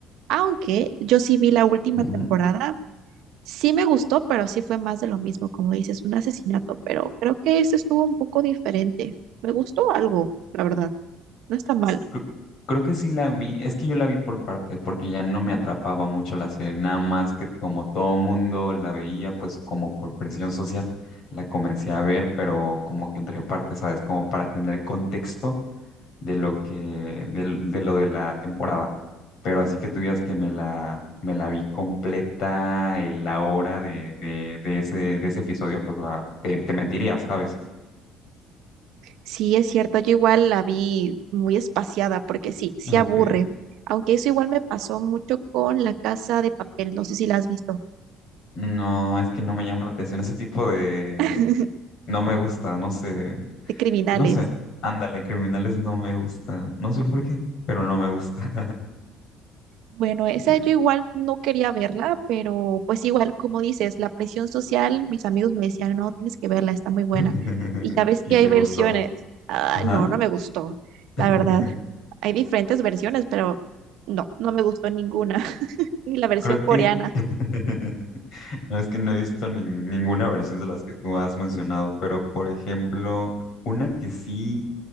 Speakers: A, on the right (about 75°); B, on the left (about 55°).
A: Aunque yo sí vi la última
B: ujú.
A: temporada, sí me gustó, pero sí fue más de lo mismo, como dices, un asesinato, pero creo que ese estuvo un poco diferente. Me gustó algo, la verdad. No está mal.
B: S- cre- Creo que sí la vi, es que yo la vi por parte, porque ya no me atrapaba mucho la serie, nada más que como todo mundo la veía, pues como por presión social, la comencé a ver, pero como que entre partes, ¿sabes? Como para tener contexto de lo que, del- de, lo de la temporada. Pero así que tú digas que me la, me la vi completa, eh, la hora de, de, de ese, de ese episodio, pues la, te, te mentiría, ¿sabes?
A: Sí, es cierto, yo igual la vi muy espaciada porque sí, sí
B: Ok.
A: aburre. Aunque eso igual me pasó mucho con La Casa de Papel, no sé si la has visto,
B: No, es que no me llama la atención ese tipo de...
A: <laughs>
B: No me gusta, no sé,
A: de criminales.
B: no sé. Ándale, criminales no me gusta. No sé por qué, pero no me gusta.
A: Bueno, esa
B: <laughs>
A: yo igual no quería verla, pero pues igual, como dices, la presión social, mis amigos me decían, no, tienes que verla, está muy buena.
B: <laughs>
A: Y ya ves
B: Y
A: que hay
B: te
A: versiones.
B: gustó.
A: Ah,
B: Ajá.
A: no, no me gustó, la
B: <laughs>
A: verdad. Hay diferentes versiones, pero no, no me gustó ninguna, <laughs> ni la versión
B: Creo
A: coreana.
B: que <laughs> no es que no he visto ni- ninguna versión de las que tú has mencionado, pero por ejemplo, una que sí